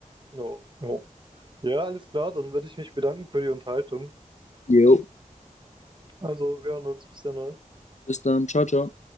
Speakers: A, on the right; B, on the left.
A: ja, ja. Ja, alles klar, dann würde ich mich bedanken für die Unterhaltung.
B: Jo,
A: Also, wir hören uns. Bis dann. ne?
B: bis dann, ciao, ciao.